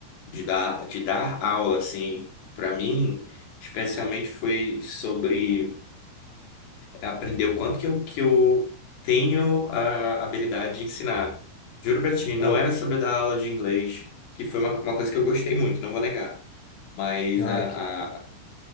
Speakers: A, on the left; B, on the left.
A: de dar, de dar aula, assim, pra mim, especialmente foi sobre aprender o quanto que eu, que eu tenho a habilidade de ensinar. Juro pra ti, não
B: Ou,
A: era sobre dar aula de inglês, que foi uma, uma coisa que eu gostei muito, não vou negar. Mas
B: ah,
A: a,
B: que,
A: a,